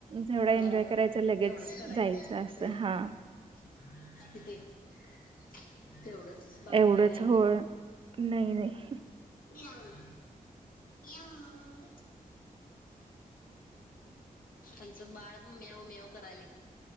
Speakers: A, on the right; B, on the left.
A: तेवढं एन्जॉय
B: हा
A: करायचं च लगेच
B: तेवढंच करायचं.
A: जायचं असं हा.
B: <unintelligible> तेवढंच. बाकी
A: एवढंच
B: काय नाही
A: होय नाही नाही.
B: म्यावू म्यावू‌ आमचं बाळ म्याव म्याव करालय